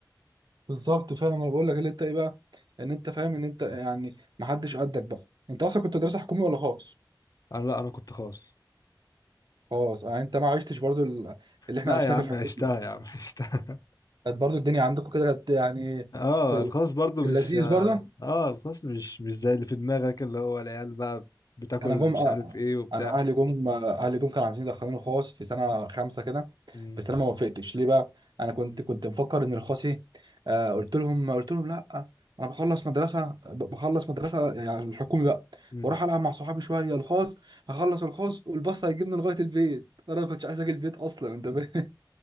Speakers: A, on the right; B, on the left.
A: بالظبط فعلا انا بقول لك اللي انت ايه بقى ان انت فاهم ان انت يعني محدش قدك بقى انت اصلا كنت مدرسه حكومي ولا خاص
B: انا لا انا كنت خاص
A: خاص يعني انت ما عشتش برضو ال- اللي احنا
B: لا
A: عشناه
B: يا عم
A: في الحكومه
B: عشتها يا عم عشتها
A: كانت برضو الدنيا عندكم كده كانت يعني
B: اه
A: في
B: الخاص برضو
A: في
B: مش
A: اللذيذ برضو
B: اه الخاص مش مش زي اللي في دماغك اللي هو العيال بقى بتاكل
A: انا جم
B: مش
A: آه،
B: عارف ايه وبتاع
A: انا اهلي جم اهلي جم كانوا عايزين يدخلوني خاص في سنه خمسه كده
B: مم.
A: بس انا ما وافقتش ليه بقى انا كنت كنت مفكر ان الخاصي آه قلت لهم قلت لهم لا انا بخلص مدرسه ب- بخلص مدرسه يعني الحكومي بقى
B: مم.
A: واروح العب مع صحابي شويه الخاص هخلص الخاص والباص هيجيبني لغايه البيت انا ما كنتش عايز اجي البيت اصلا انت فاهم